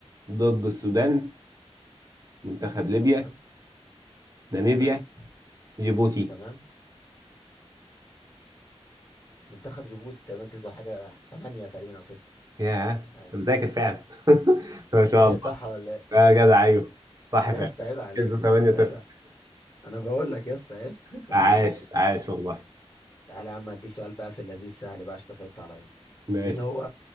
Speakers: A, on the right; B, on the left.
A: ضد السودان منتخب ليبيا
B: تمام
A: ناميبيا
B: تمام
A: جيبوتي
B: تمام منتخب جيبوتي تقريبا كسبوا حاجة تمانية تقريبا او تسعة
A: ياه انت
B: مش عارف.
A: مذاكر فعلا <laughs> ما شاء
B: ايه
A: الله
B: صح ولا إيه؟
A: يا جدع ايوه صح
B: يا
A: فعلا
B: اسطى عيب عليك
A: كسبوا 8-0
B: يا اسطى عيب عليك. انا بقول لك يا اسطى عيب <laughs>
A: <laughs> عاش عاش والله
B: تعالى يا عم اديك سؤال بقى في اللذيذ سهل بقى عشان انت صعبت عليا
A: ماشي
B: مين هو